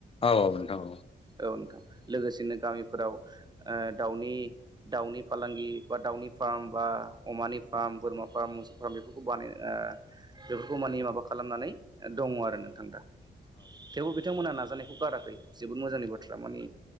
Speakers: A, on the left (about 30°); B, on the right (about 20°).
A: औ औ नोंथां औ।
B: औ नोंथां लोगोसेनो गामिफोराव ओ दाउनि दाउनि फालांगि बा दाउनि फार्म बा अमानि फार्म बोरमा फार्म मोसौ फार्म बेफोरखौ बानाय ओ बेफोरखौ माने माबा खालामनानै दङ आरो नोंथां दा थेवबो बिथांमोनहा नाजानायखौ गाराखै। जोबोद मोजांनि बाथ्रा मानि